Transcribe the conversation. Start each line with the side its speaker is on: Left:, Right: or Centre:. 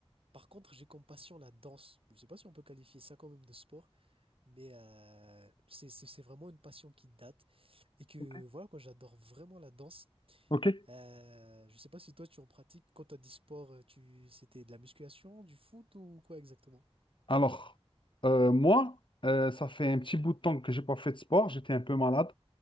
Right: par contre, j'ai comme passion la danse. Je sais pas si on peut qualifier ça quand même de sport, mais euh, c'est, c'est, c'est vraiment une passion qui date et que
Left: ok,
Right: voilà, quoi, j'adore vraiment la danse.
Left: ok.
Right: Euh, je sais pas si toi, tu en pratiques. Quand t'as dit sport, euh, tu, c'était de la musculation, du foot ou quoi exactement?
Left: Alors, euh, moi, euh, ça fait un petit bout de temps que j'ai pas fait de sport. J'étais un peu malade.